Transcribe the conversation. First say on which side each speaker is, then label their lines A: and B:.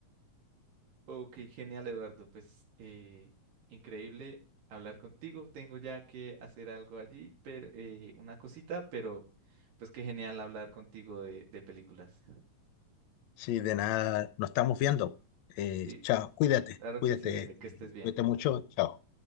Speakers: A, on the right (about 85°); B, on the left (about 75°).
A: Ok, genial, Eduardo. Pues eh, increíble hablar contigo. Tengo ya que hacer algo allí, pero eh, una cosita, pero pues qué genial hablar contigo de, de películas.
B: Sí, de nada, nos estamos viendo. Eh,
A: Sí,
B: chao, cuídate,
A: claro
B: cuídate
A: que sí, dale, que
B: y
A: estés bien.
B: cuídate mucho. Chao.